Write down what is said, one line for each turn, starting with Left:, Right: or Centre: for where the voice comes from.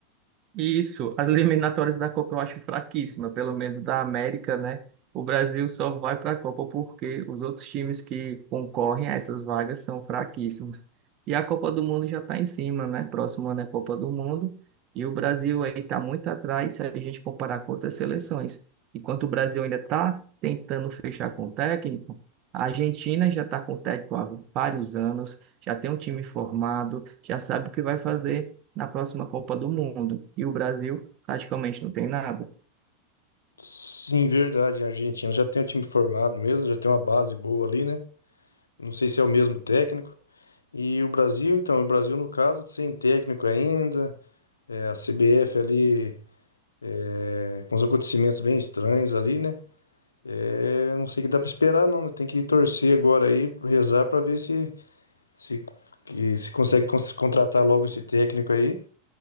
Right: Isso, as eliminatórias da Copa eu acho fraquíssima, pelo menos da América, né? O Brasil só vai para a Copa porque os outros times que concorrem a essas vagas são fraquíssimos. E a Copa do Mundo já está em cima, né? Próximo ano é Copa do Mundo. E o Brasil aí está muito atrás se a gente comparar com outras seleções. Enquanto o Brasil ainda está tentando fechar com o técnico, a Argentina já está com o técnico há vários anos, já tem um time formado, já sabe o que vai fazer na próxima Copa do Mundo. E o Brasil praticamente não tem nada.
Left: Sim, verdade, a Argentina já tem um time formado mesmo, já tem uma base boa ali, né? Não sei se é o mesmo técnico. E o Brasil, então, o Brasil, no caso, sem técnico ainda, é, a CBF ali, é, com os acontecimentos bem estranhos ali, né? É, não sei o que dá pra esperar, não. né? Tem que torcer agora aí, rezar pra ver se se, que, se consegue cons- contratar logo esse técnico aí,